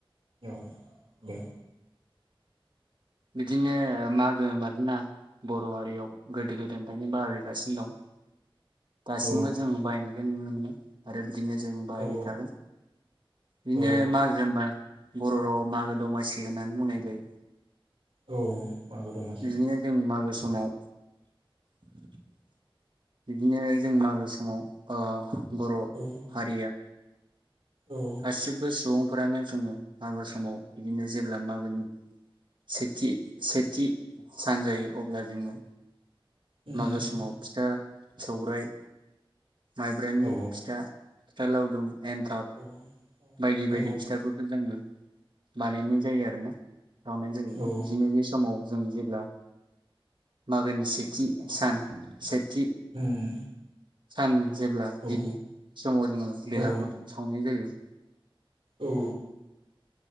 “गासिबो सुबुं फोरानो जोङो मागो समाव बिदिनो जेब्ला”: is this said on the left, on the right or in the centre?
Right